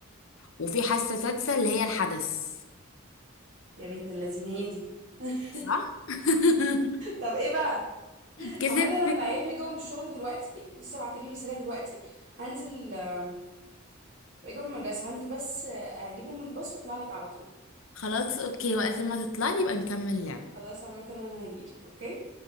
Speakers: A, on the left; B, on the right.
A: وفي حاسة سادسة اللي هي الحدث
B: يا بنت اللذين هي دي <laughs>
A: صح <laughs>
B: طب ايه بقى
A: كسبت
B: عامه انا العيال اللي جاوا من الشغل دلوقتي لسه بعتني رساله دلوقتي هنزل آم، جاوا من المدرسه هنزل بس آه، اجيبهم من الباص واطلع لك على طول
A: خلاص اوكي وقت ما تطلعي يبقى نكمل لعب
B: خلاص عامه انا هجيلك اوكي